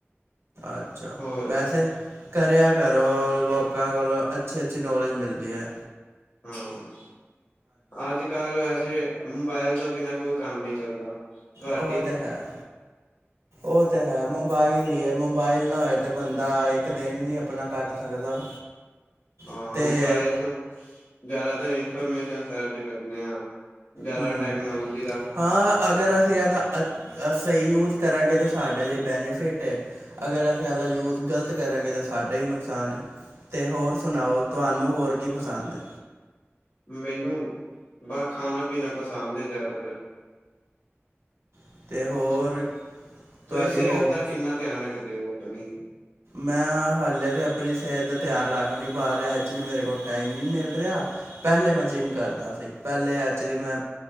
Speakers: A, on the right (about 75°); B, on the left (about 80°).
A: ਅੱਛਾ
B: ਹੋਰ
A: ਵੈਸੇ ਕਰਿਆ ਕਰੋ ਲੋਕਾਂ ਕੋਲੋ ਅੱਛੀ-ਅੱਛੀ ਨੌਲੇਜ ਮਿਲਦੀ ਏ।
B: ਹਾਂ ਅਜ ਕਲ ਵੈਸੇ ਮੋਬਾਈਲ ਤੋਂ ਬਿਨਾਂ ਕੋਈ ਕੰਮ ਨੀ ਚਲਦਾ ਤੁਹਾਡ
A: ਉਹ ਤੇ ਹੈ, ਉਹ ਤੇ ਹੈ ਮੋਬਾਈਲ ਈ ਏ, ਮੋਬਾਈਲ ਨਾ ਹੋਏ ਤੇ ਬੰਦਾ ਇੱਕ ਦਿਨ ਨੀ ਅਪਣਾ ਕਟ ਸਕਦਾ।
B: ਹਾਂ
A: ਅਤੇ
B: ਮੋਬਾਈਲ ਤੋਂ ਜਾਦਾਤਰ ਇਨਫੋਰਮੇਸ਼ਨ ਸਰਚ ਕਰਨੇ ਆ। ਜਾਦਾ
A: ਹੂੰ
B: ਟੈਕਨੋਲਜੀ
A: ਹਾਂ ਅਗਰ ਅਸੀ ਏਦਾਂ ਅ ਅ ਸਈ ਯੂਜ਼ ਕਰਾਂਗੇ ਤਾਂ ਸਾਡੇ ਲਈ ਬੈਨੇਫਿਟ ਏ। ਅਗਰ ਅਸੀ ਇਹਦਾ ਯੂਜ਼ ਗਲਤ ਕਰਾਂਗੇ ਤਾਂ ਸਾਡਾ ਈ ਨੁਕਸਾਨ ਏ, ਤੇ ਹੋਰ ਸੁਣਾਓ। ਤੁਆਨੂੰ ਹੋਰ ਕੀ ਪਸੰਦ ਏ?
B: ਮੈਨੂੰ ਬਸ ਖਾਣਾ-ਪੀਣਾ ਪਸੰਦ ਏ ਜ਼ਿਆਦਾਤਰ।
A: ਅਤੇ ਹੋਰ
B: ਤੁਸੀਂ
A: ਤੁਹਾਡੀ
B: ਸੇਹਤ
A: ਹੋ
B: ਦਾ ਕਿੰਨਾ ਧਿਆਨ ਰੱਖਦੇ ਓ ਅਪਣੀ?
A: ਮੈਂ ਹਾਲੇ ਤੇ ਅਪਣੀ ਸੇਹਤ ਦਾ ਧਿਆਨ ਰੱਖ ਨ੍ਹੀਂ ਪਾ ਰਿਆ, ਐੱਕਚੁਲੀ ਮੇਰੇ ਕੋਲ ਟਾਈਮ ਨੀਂ ਮਿਲ ਰਿਆ। ਪੈਲੇ ਮੈਂ ਜਿੰਮ ਕਰਦਾ ਸੀ, ਪੈਲੇ ਐਚੁੱਲੀ ਮੈਂ